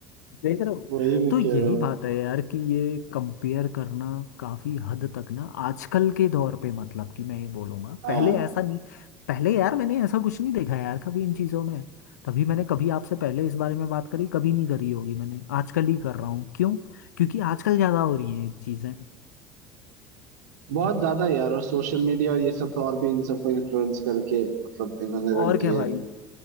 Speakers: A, on the left; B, on the right.
A: देख रहे हो
B: वही मैं
A: तो यही
B: कह रहा हूँ
A: बात है यार कि ये कंपेयर करना काफी हद तक ना आजकल के दौर पे मतलब कि मैं ये बोलूंगा
B: हाँ
A: पहले ऐसा नहीं पहले यार मैंने ऐसा कुछ नहीं देखा यार कभी इन चीजों में तभी मैंने कभी आपसे पहले इस बारे में बात करी कभी नहीं करी होगी मैंने आजकल ही कर रहा हूँ क्यों क्योंकि आजकल ज्यादा हो रही हैं ये चीजें
B: बहुत ज्यादा यार और सोशल मीडिया और ये सब तो और भी इन सबको इन्फ्लुएंस करके मतलब इन्होंने रख
A: और
B: दिया
A: क्या भाई
B: है